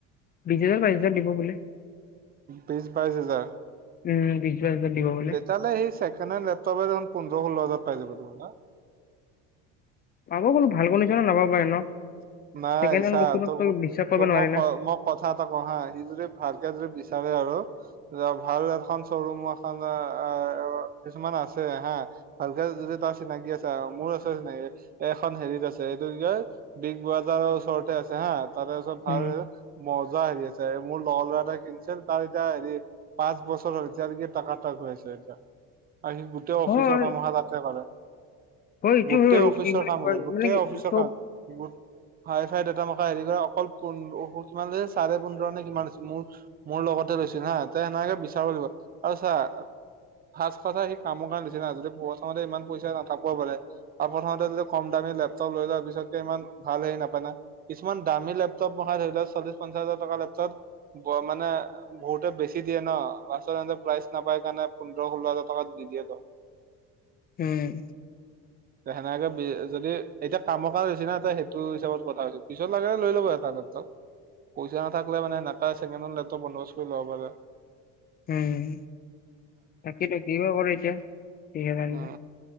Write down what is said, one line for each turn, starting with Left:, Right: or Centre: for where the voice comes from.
Left: বিশ হাজাৰ বাইচ হাজাৰ দিব বোলে।
Right: বিশছ বাইশ হাজাৰ।
Left: উম। বাইশ হাজাৰ দিব বোলে
Right: তেতিয়াহ'লে সেই ছেকেড হেণ্ড লেপটপেোন পোধৰ হাজাৰ পাই যাব তমা <inaudible>
Left: পাব বোলো ভাল ক নিছ ন নাপাবা এ ন।
Right: নাই
Left: ছেকেণ্ড হেণ্ড
Right: চা
Left: বস্তুটোক
Right: ত-
Left: তই বিশ্বাস কৰিব
Right: তোক
Left: নোৱাৰি
Right: মই
Left: না
Right: কম কথা এটা ক'হা সি যদি ভালকে যদি বিচাৰে আৰু যা ভাল এখন চৰুম এখন আ, আ, কিছুমান আছেহা ভালকে যদি তাৰ চিনাকি আছে আৰু মোৰ আছে চিনাকি, এখন হেৰিত আছে এইটো কি কয় বিগ বজাৰৰ ওচৰতে আছেহা, তাৰে চব ভাল।
Left: উম
Right: মজা হেৰি আছে মোৰ লগৰ ল'ৰা এটা কিনছিল তাৰ এতিয়া হেৰি পাঁচ বছৰ হ'ল এতিয়ালিকি টাকাটাক। ৰৈছে এতিয়া।
Left: <inaudible>
Right: আজি গোটেই অফিচৰ
Left: হয়
Right: কাম অহা তাতে কৰে।
Left: হয় এইটো
Right: গোটেই
Left: হয় আৰু
Right: অফিচৰ
Left: কি বুলি
Right: কাম
Left: কয়
Right: লয়, গোটেই
Left: মানে কি
Right: অফিচৰ
Left: চব
Right: কা গোট হাই ফাই ডেটা মশা হেৰি কৰ অকল পোন ল' কিমান দিয়ে চাৰে পোন্ধৰ নে কিমান মোৰ মোৰ লগতে ৰৈছি হা ত' সেনেকে বিচাৰ কৰিব আৰু চা ফাষ্ট কথা সি কামৰ কাৰণ লুচি না যদি প্ৰথমতে ইমান পইচা নাথাকব' পাৰে আৰু প্ৰথমতে যদি কম দা এ, লেপটপ লৈ লোৱা পিছত তেমান ভাল হেৰি নাপায় না কিছুমান দামী লেপটপ মখাই ধৰি লোৱা চল্লিশ পঞ্চাশ হাজাৰ টকা লেপটদ ব ত মানে বহুতে বেছি দিয়ে ন' লাষ্টত এন্তে প্ৰাইজ নাপাই কাৰণে পোন্ধৰ ষোল্ল হাজাৰ টকাত দি দিয়ে ত'।
Left: হম।
Right: সেনেকে বি যদি এতিয়া কামক <unintelligible> গেচিনা ত' সেইটো হিচাপত কথা কৈছোঁ পিছত লাগে লৈ ল'ব এটা দত্ব পইচা নাথাকিলে মানে এনেকা ছেকেণ্ড হেণ্ড লেপটপ বন্দবস্ত কৰি ল'ব পাৰে।
Left: উম। তাকেটো, কিবা কৰে এতিয়া? বিশ হাজাৰ দিলে।
Right: অ।